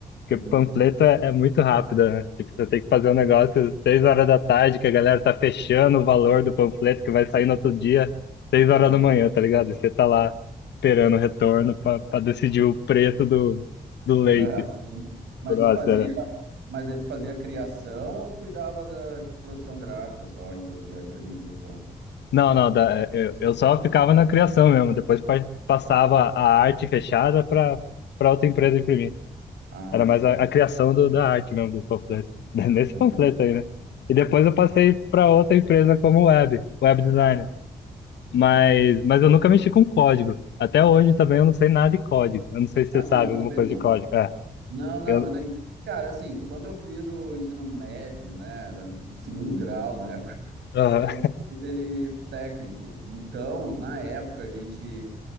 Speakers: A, on the left; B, on the right.
A: Porque
B: Hum,
A: panfleto é, é muito rápido, né? Tipo, você tem que fazer um negócio às seis horas da tarde, que a galera tá fechando o valor do panfleto, que vai sair no outro dia, seis
B: sim.
A: horas da manhã, tá ligado? E você tá lá esperando o retorno para decidir o preço do, do leite.
B: <laughs> Sim. Mas
A: Tipo, Nossa,
B: tu fazia,
A: era...
B: mas aí tu fazia criação ou tu cuidava da, tipo, produção gráfica só, impre- da impre- impressão?
A: Não, não, da- eu, eu só ficava na criação mesmo, depois pa- passava a arte fechada para para outra empresa imprimir.
B: Ah,
A: Era mais
B: sim.
A: a, a criação do, da arte mesmo, do panfleto. <laughs> Nesse
B: Aham.
A: panfleto aí, né? E depois eu passei para outra empresa como web, web designer. Mas, mas eu nunca mexi com código. Até hoje também eu não sei nada de código. Eu não sei se
B: Ah,
A: você
B: não,
A: sabe
B: eu
A: alguma
B: também
A: coisa
B: não.
A: de código. É,
B: Não, não,
A: eu,
B: eu nem. Cara, assim, quando eu fiz o ensino médio, né, era <laughs> segundo grau na época, <laughs>
A: aham,
B: eu fiz ele técnico. Então, na época, a gente.